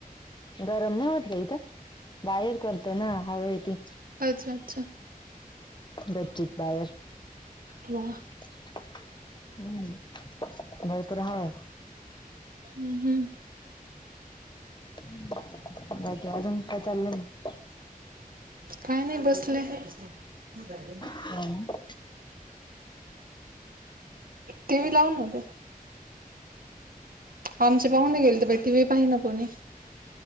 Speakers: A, on the left (about 30°); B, on the right (about 70°).
A: गरम नाही होत का इथ? बाहेर करतो ना. हवा येती.
B: अच्छा, अच्छा.
A: <inaudible> गच्चीत बाहेर.
B: हो.
A: हम्. नाही तर हवा.
B: हम्म- हम्.
A: <unintelligible> बाकी, अजून काय चाललंय मग?
B: काय नाही, बसले. <unintelligible>
A: <unintelligible>
B: टी व्हि लाव ना गं. आमचे पाहुणे गेले तर बाई टी व्हि पाहिना कोणी.